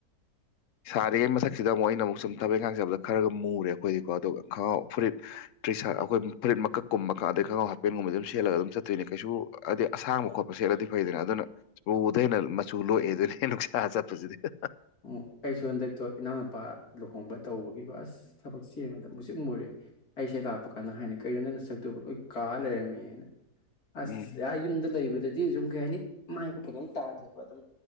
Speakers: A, on the left (about 65°); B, on the left (about 85°).
A: ꯁꯥꯔꯤꯉꯩ ꯃꯊꯛꯁꯤꯗ ꯑꯃꯨꯛ ꯑꯩꯅ ꯑꯃꯨꯛ ꯁꯨꯝ ꯊꯕꯛꯏꯪꯈꯥꯡ ꯆꯠꯕꯗ ꯈꯔꯒ ꯃꯨꯔꯦ ꯑꯩꯈꯣꯏꯗꯤꯀꯣ ꯑꯗꯨꯒ ꯈꯉꯥꯎ ꯐꯨꯔꯤꯠ ꯇ꯭ꯔꯤꯁ ꯑꯩꯈꯣꯏ ꯐꯨꯔꯤꯠ ꯃꯀꯛꯀꯨꯝꯕ ꯑꯗꯩ ꯈꯪꯒꯥꯎ ꯍꯥꯞꯄꯦꯟꯒꯨꯝꯕꯗꯤ ꯑꯗꯨꯝ ꯁꯦꯠꯂꯒ ꯑꯗꯨꯝ ꯆꯠꯇꯣꯏꯅꯦ ꯀꯩꯁꯨ ꯑꯁꯥꯡꯕ ꯈꯣꯠꯄ ꯁꯦꯠꯂꯗꯤ ꯐꯩꯗꯅ ꯑꯗꯨꯅꯨ ꯎꯨꯗꯩ ꯍꯦꯟꯅ ꯃꯆꯨ ꯂꯣꯛꯑꯦ ꯑꯗꯨꯅꯦ ꯅꯨꯡꯁꯥ ꯆꯠꯄꯁꯤꯗꯤ ꯍꯥ ꯍꯥ
B: ꯑꯣ ꯑꯩꯁꯨ ꯍꯟꯗꯛꯇꯣ ꯏꯅꯥꯎꯅꯨꯄꯥ ꯂꯨꯍꯣꯡꯕ ꯇꯧꯕ ꯑꯁ ꯊꯕꯛ ꯆꯦꯟꯕꯗ ꯃꯨꯁꯤꯟ ꯃꯨꯔꯦ ꯑꯩꯁꯦ ꯂꯥꯛꯄ ꯀꯥꯟꯗ ꯍꯥꯏꯅ ꯀꯩꯅꯣ ꯅꯪ ꯅꯁꯛꯇꯨꯕꯨ ꯂꯣꯏ ꯀꯥ ꯂꯩꯔꯝꯃꯦꯅ ꯑꯁ
A: ꯎꯝ
B: ꯑ ꯌꯨꯝꯗ ꯂꯩꯕ ꯑꯗꯨꯗꯤ ꯁꯨꯝ ꯀꯩ ꯍꯥꯏꯅꯤ ꯃꯥꯏꯐꯥꯎ ꯐꯖꯟꯅ ꯇꯥꯗꯦꯕ ꯑꯗꯨꯝ